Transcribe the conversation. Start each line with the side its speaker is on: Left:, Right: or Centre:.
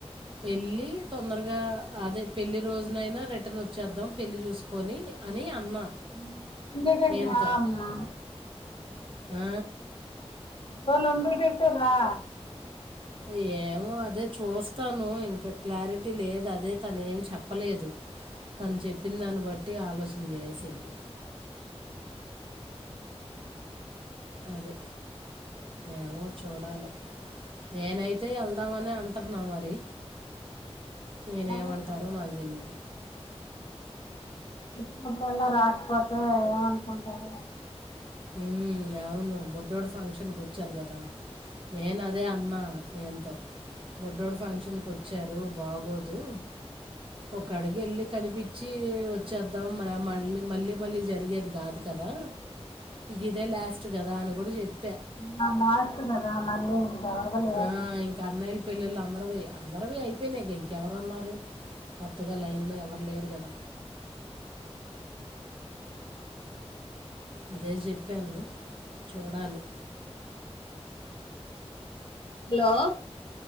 Right: వెళ్ళి తొందరగా అదే పెళ్లి రోజునైనా రిటర్న్ వచ్చేద్దాం పెళ్ళి చూసుకొని అని అన్నా
Left: <unintelligible>
Right: ఈయనతో ఆ
Left: <unintelligible> రా
Right: యే మో అదే చూస్తాను ఇంకా క్లారిటీ లేదు అదే తనేమి చెప్పలేదు తను చెప్పిన దాన్ని బట్టి ఆలోచన చేసేది అదే ఏమో చూడాలి నేనైతే వెళ్దామనే అంటున్నా మరి ఈయనేమంటారో
Left: అవ్వదు కదా
Right: నాకు తెలీదు
Left: <unintelligible> నప్పుడు అల్లా రాకపోతే ఏమనుకుంటారు
Right: ఉమ్ అవును బుడ్డోడు ఫంక్షన్ కు వచ్చారు కదా నేను అదే అన్నా ఆయన్తో బుడ్డోడు ఫంక్షన్ కి వచ్చారు బాగోదు ఒక అడుగు వెళ్ళి కనిపిచ్చి వచ్చేద్దాం మనం మళ్ళీ మళ్ళీ జరిగేది కాదుగ దా ఇదే ల్యాస్ట్ కదా అని కూడా చెప్
Left: <unintelligible> లేరు
Right: ఆ ఇంక కర్నయిల పెళ్ళిళ్ళ అందరే అందరువి అయిపోయినాక ఇంకెవరు అన్నారు కొత్తగా లైన్లో ఎవరు లేరు కదా అదే చెప్పాను చూడాలి
Left: హలో